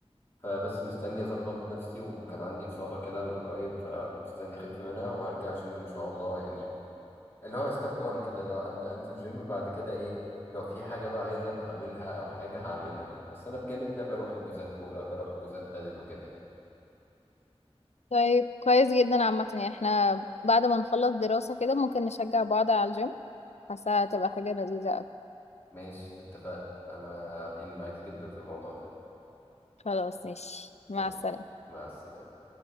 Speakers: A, on the left (about 20°); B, on the left (about 80°).
A: فبس مستني اظبط نفسي وكان عندي اصابه كده من قريب فمستني اخف منها وهرجع جيم ان شاء الله يعني اللي هو ستيب 1 كده اللي هو ابدا انزل جيم بعد كده ايه لو في حاجه بقى عايز ابقى اعملها او حاجه هعملها يعني بس انا بجانب ده بروح حجوزات كوره بروح حجوزات بدل وكده يعني
B: طيب كويس جدا عامة يعني احنا بعد ما نخلص دراسة كده ممكن نشجع بعض على الجيم حاسة هتبقى حاجة لذيذة أوي
A: ماشي اتفقنا انا ان معاك جدا في الموضوع ده
B: خلاص ماشي مع
A: ماشي،
B: السلامة
A: مع السلامه